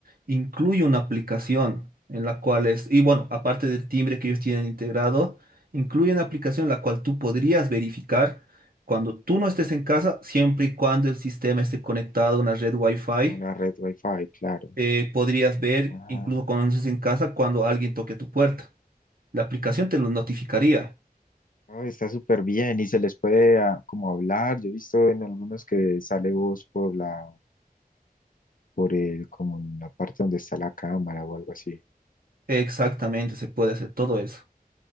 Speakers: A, on the right; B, on the left.
A: incluye una aplicación en la cual es, y bueno, aparte del timbre que ellos tienen integrado, incluye una aplicación en la cual tú podrías verificar cuando tú no estés en casa, siempre y cuando el sistema esté conectado a una red Wi-Fi,
B: Una red wifi, claro.
A: eh, podrías ver,
B: Ah,
A: incluso cuando no estés en casa, cuando alguien toque tu puerta. La aplicación te lo notificaría.
B: no, está súper bien y se les puede ah, como hablar. Yo he visto en algunos que sale voz por la, por el, como en la parte donde está la cámara o algo así.
A: Exactamente, se puede hacer todo eso.